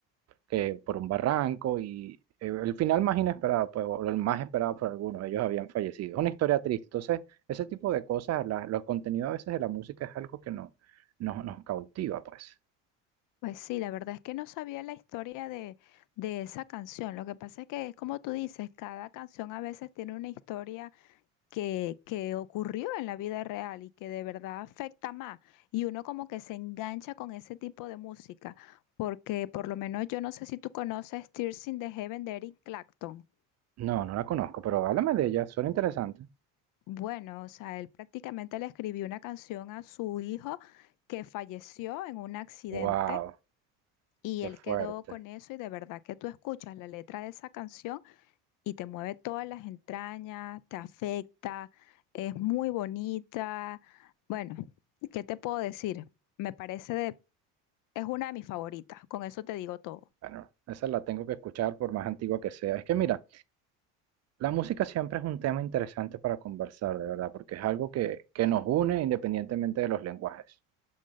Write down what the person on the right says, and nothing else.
que por un barranco y eh, el final más inesperado, pues, o el más esperado por algunos, ellos habían fallecido. Es una historia triste. Entonces, ese tipo de cosas, la- los contenidos a veces de la música es algo que no, no- nos cautiva, pues.
No, no la conozco, pero háblame de ella, suena interesante.
Wow,
qué
fuerte.
Bueno, esa la tengo que escuchar por más antigua que sea. Es que mira, la música siempre es un tema interesante para conversar, de verdad, porque es algo que, que nos une independientemente de los lenguajes.